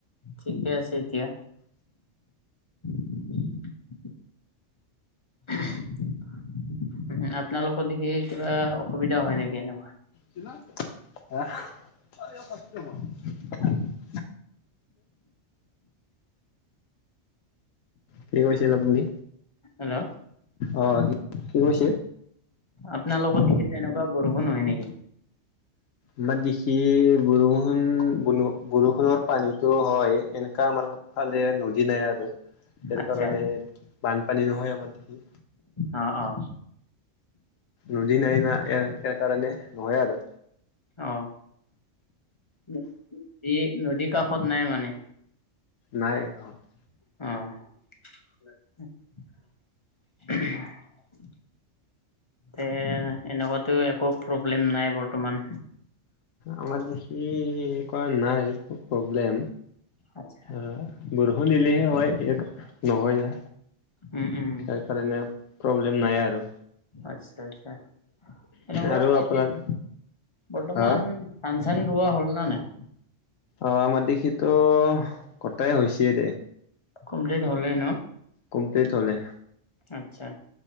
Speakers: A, on the left; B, on the left.
A: ঠিকে আছে এতিয়া। <unintelligible> উমহ আপোনালোকৰ দিগি কিবা অসুবিধা হয় নেকি এনকুৱা।
B: কিনা- আহ। <unintelligible> কি কৈছিল আপুনি?
A: হেল্ল'।
B: অঁ কি কি কৈছে?
A: আপোনাৰ লগত দিগি তেনেকুৱা বৰষুণ হয় নেকি?
B: আমাৰ দেখি বৰষুণ বল বৰষুণৰ পানীটো হয় এনেকা আমাৰ- ফালে নদী নাই আৰু তাৰ
A: আচ্ছা
B: কাৰণে বানপানী নহয় আমাৰ দিগি।
A: অঁ অঁ।
B: নদী নাই না এয়াৰ এয়া কাৰণে নহয় আৰু।
A: অঁ, নদী নদী কাষত নাই মানে।
B: নাই গাঁৱত।
A: অঁহ। এ এনকুৱাতো একো প্ৰব্লেম নাই বৰ্তমান।
B: আমাৰ দিখি কৰা নাই। ও প্ৰব্লেম
A: আচ্ছা
B: অঁ বৰষুণ দিলেহে হয় ইয়াতো নহয় না।
A: উম উম
B: তাৰ কাৰণে প্ৰব্লেম নাই আৰু।
A: আতচ্ছা আতচছা এনেকুৱা
B: আৰু আপোনাৰ
A: এতিয়া বৰ্তমান-
B: হা
A: ধান চান দোৱা হ'ল না নাই।
B: অঁ আমাৰ দিখিটো কটাই হৈছে দে।
A: কমপ্লেইট হ'লেই ন।
B: কমল্পেইট হলেই।
A: আত্ছা।